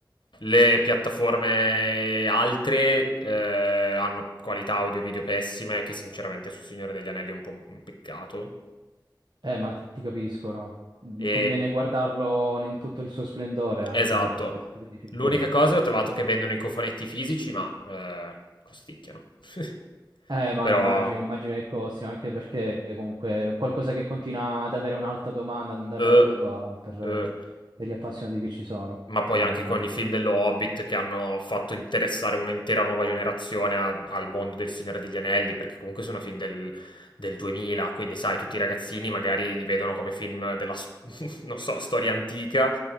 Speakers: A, on the left; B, on the right.
A: Le piattaforme altre eh, hanno qualità audio e video pessime, che sinceramente su Signore degli Anelli è un po' un un peccato.
B: Eh, ma ti, ti capisco, no? Mm,
A: E...
B: Conviene guardarlo in tutto il suo splendore anche
A: Esatto.
B: per il tipo di film
A: L'unica
B: che è.
A: cosa è ho trovato
B: Sì.
A: che vendono i cofonetti fisici, ma eh, costicchiano. <laughs>
B: Eh, ma
A: Però
B: immagino, immagino che costi, anche perché è comunque è qualcosa che continua ad avere un'alta domanda, ad andare
A: eh,
B: a ruba per, eh,
A: eh.
B: per gli appassionati che ci sono.
A: ma poi
B: No,
A: anche
B: no, immagino.
A: con i film dello Hobbit che hanno fatto interessare un'intera nuova generazione a- al mondo del Signore degli Anelli, perché comunque sono film del, del 2000, quindi sai, tutti i ragazzini magari li vedono come film della, s- <laughs> non so, storia antica.